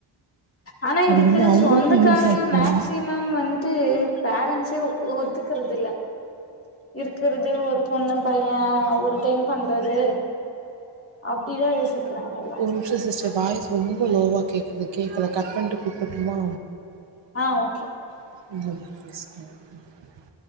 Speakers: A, on the left (about 30°); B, on the right (about 65°).
A: ஆனா இதுக்கு
B: அது வந்து அவங்களுக்கு
A: சொந்தக்காரங்க
B: யூஸா இருக்கணு
A: மேக்சிமம் வந்து ட்டு பேரன்ஸ்சு ஒ ஒத்துக்குறதுல்ல இருக்குறது ஒரு பொண்ணு பைய ஒரு டைம் பண்றது அப்டிதா யோசிப் இருக்குறாங்க எல்லா
B: ஒரு நிமிஷோ சிஸ்டர் வாய்ஸ் ரொம்ப லோவா கேக்குது கேக்கல கட் பண்ணிட்டு கூப்பட்டும்மா
A: ஆ ஓகே
B: <unintelligible>